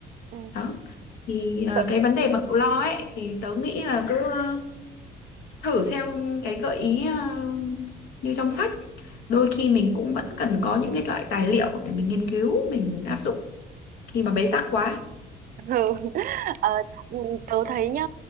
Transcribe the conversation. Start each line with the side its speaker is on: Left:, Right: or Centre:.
Right: ừ.
Left: Đó. Thì à,
Right: Tự,
Left: cái vấn đề mà cậu lo ấy thì tớ nghĩ là cứ à, thử theo cái gợi ý à, như trong sách. Đôi
Right: ừ.
Left: khi mình cũng vẫn cần có những cái loại tài liệu để mình nghiên cứu, mình áp dụng khi mà bế
Right: Ừ.
Left: tắc quá.
Right: Ừ. <laughs> Ờ, ừ, tớ thấy nhá